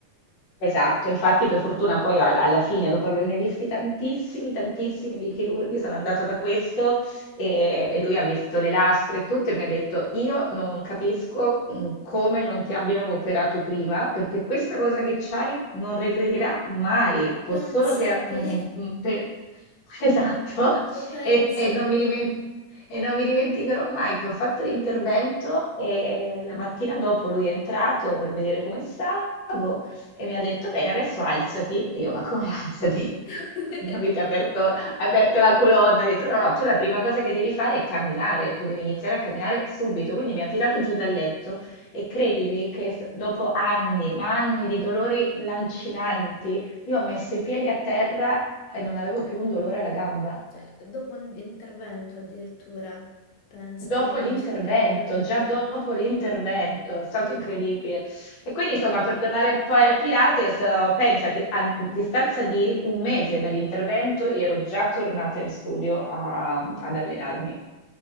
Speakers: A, on the left (about 60°); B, on the left (about 90°).
A: Esatto, infatti per fortuna poi al- alla fine, dopo averne visti tantissimi, tantissimi di chirurghi, sono andata da questo e, e lui ha visto le lastre e tutto e mi ha detto io non capisco mm, come non ti abbiano operato prima perché questa cosa che c'hai non regredirà mai, può
B: Pensa
A: solo che...
B: a te,
A: mm, mm, per-" <laughs> Esatto,
B: <laughs> cioè pensa
A: e, e non
B: a te.
A: mi dimen- e non mi dimenticherò mai che ho fatto l'intervento e la mattina dopo lui è entrato per vedere come stava e mi ha detto, bene, adesso alzati. E io, ma come alzati? <laughs>
B: <laughs>
A: Mi avete aperto, aperto la colonna, ha detto, no, no, tu la prima cosa che devi fare è camminare, tu devi iniziare a camminare subito. Quindi mi ha tirato giù dal letto e credimi che st- dopo anni, ma anni di dolori lancinanti, io ho messo i piedi a terra e non avevo più un dolore alla gamba.
B: Cioè, dopo un intervento addirittura, pensate,
A: Dopo
B: no,
A: l'intervento,
B: ma ci credo, eh,
A: già dopo
B: ci credo.
A: l'intervento, è stato incredibile. E quindi, insomma, per tornare poi al Pilates, eh, pensa che a distanza di un mese dall'intervento ero già tornata in studio a- ad allenarmi